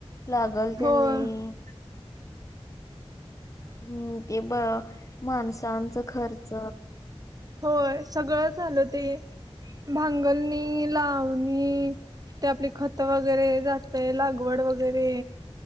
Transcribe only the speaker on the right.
होय
होय सगळं झालं ते भांगलणी, लावणी ते आपली खत वगैरे जातय लागवड वगैरे,